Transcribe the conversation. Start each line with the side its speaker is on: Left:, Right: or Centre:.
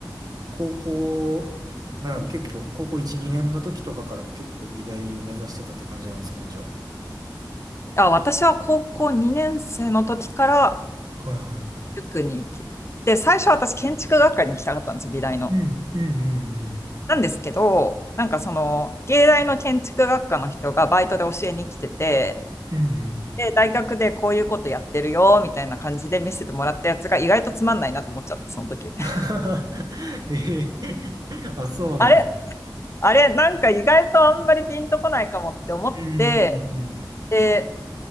Right: 高校、なんやろう、結構、高校1、2年の時とかからも結構美大を目指してたって感じなんですかね、じゃあ。
Left: あ、私は高校2年生の時から
Right: はいは
Left: 塾に行き、で、最初は私建築学科に行きたかったんですよ、美大の。
Right: い。うん、うん、うん、
Left: なんですけど、なんかその、芸大の建築学科の人がバイトで教えに来てて、
Right: うん。うんうん
Left: で、大学でこういうことやってるよ、みたいな感じで見せてもらったやつが意外とつまんないなと思っちゃって、その時。<laughs>
Right: <laughs> ええあ、そうなんや。
Left: あれあれ、なんか意外とあんまりピンとこないかもって思って、
Right: うん、うん、うん。
Left: で、